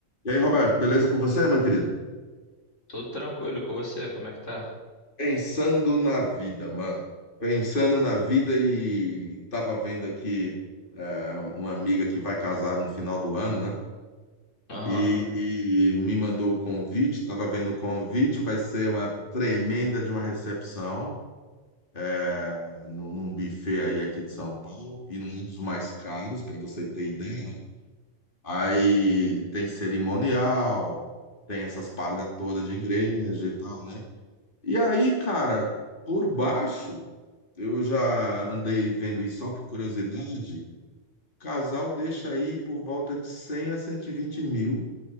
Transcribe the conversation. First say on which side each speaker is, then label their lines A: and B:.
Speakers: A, on the left; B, on the left.
A: E aí, Roberto, beleza com você, meu querido?
B: Tudo tranquilo com você? Como é que tá?
A: Pensando na vida, mano. Pensando na vida e tava vendo aqui é, uma amiga que vai casar no final do ano, né?
B: Aham.
A: E, Uhum. e me mandou o convite, tava vendo o convite, vai ser uma tremenda de uma recepção é, num, num buffet aí aqui de São Paulo e num dos mais caros, para você ter ideia, né? Aí tem cerimonial, tem essas paradas todas de igreja e tal, né? E aí, cara, por baixo, eu já andei vendo isso só por curiosidade. O casal deixa aí por volta de 100 a 120 mil